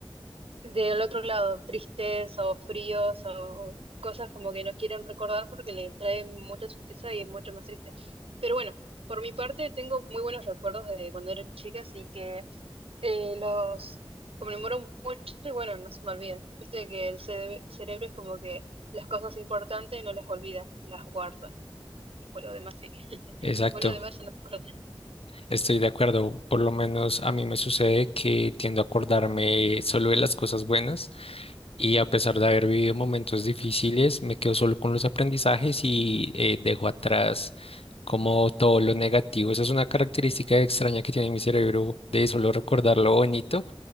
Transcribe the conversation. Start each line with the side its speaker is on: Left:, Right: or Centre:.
Right: del otro lado, tristes o fríos o cosas como que no quieren recordar porque le trae mucha tristeza y es mucho más triste. Pero bueno, por mi parte tengo muy buenos recuerdos de cuando era chica, así que eh, los conmemoro mucho y bueno, no se me olviden. Viste que el cere- cerebro es como que las cosas importantes no las olvida, las guarda. Después lo demás sí. <laughs>
Left: Exacto,
Right: Después lo demás ya no te acuerdas.
Left: estoy de acuerdo. Por lo menos a mí me sucede que tiendo a acordarme solo de las cosas buenas Y a pesar de haber vivido momentos difíciles, me quedo solo con los aprendizajes y eh, dejo atrás como todo lo negativo. Esa es una característica extraña que tiene mi cerebro de solo recordar lo bonito.